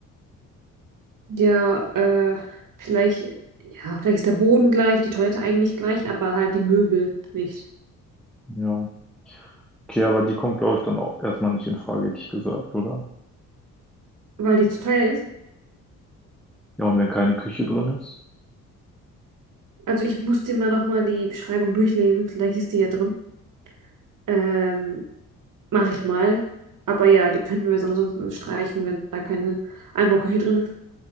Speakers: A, on the right; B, in the centre.
A: Ja, äh, vielleicht, ja, vielleicht ist der Boden gleich, die Toilette eigentlich gleich, aber halt die Möbel nicht,
B: Ja. Okay, aber die kommt, glaube ich, dann auch erstmal nicht in Frage, hätte ich gesagt, oder?
A: weil die zu teuer ist.
B: Ja, und wenn keine Küche drin ist?
A: Also ich muss dir mal nochmal die Beschreibung durchlesen, vielleicht ist die ja drin. Ähm, mache ich mal. Aber ja, die könnten wir jetzt ansonsten streichen, wenn da keine Einbauküche drin ist.